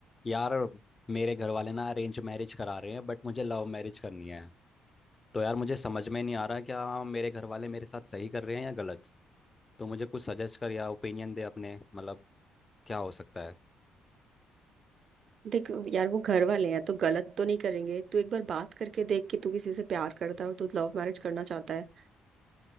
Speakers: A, on the left; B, on the right.
A: यार मेरे घर वाले ना अरेंज मैरिज करा रहे हैं बट मुझे लव मैरिज करनी है तो यार मुझे समझ में नहीं आ रहा क्या मेरे घर वाले मेरे साथ सही कर रहे हैं या गलत तो मुझे कुछ सजेस्ट कर या ओपिनियन दे अपने मतलब क्या हो सकता है
B: देख यार वो घर वाले हैं तो गलत तो नहीं करेंगे तू एक बार बात करके देख कि तू किसी से प्यार करता है और तू लव मैरिज करना चाहता है